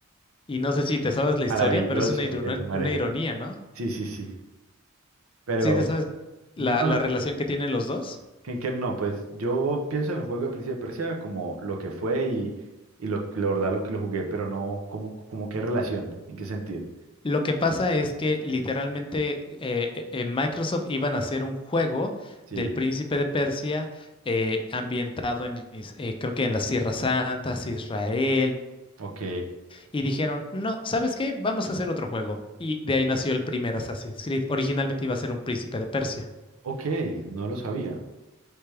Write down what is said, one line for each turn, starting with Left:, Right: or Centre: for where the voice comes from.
Left: Y no sé si te sabes la historia,
Right: Maravilloso,
Left: pero es una, iron-
Right: es mare.
Left: una ironía, ¿no?
Right: Sí, sí, sí, pero
Left: Sí, te sabes la,
Right: no,
Left: la relación que tienen los dos.
Right: Kenker no, pues yo pienso en el juego de Príncipe de Persia como lo que fue y, y lo, la verdad lo que lo jugué, pero no como, como qué relación, en qué sentido.
Left: Lo que pasa es que literalmente eh, eh, en Microsoft iban a hacer un juego
Right: Sí.
Left: del Príncipe de Persia eh, ambientado en, Is- eh, creo que en las Tierras Santas, Israel,
Right: Ok,
Left: y dijeron, no, ¿sabes qué? Vamos a hacer otro juego. Y de ahí nació el primer Assassin's Creed. Originalmente iba a ser un Príncipe de Persia.
Right: ok, no lo sabía,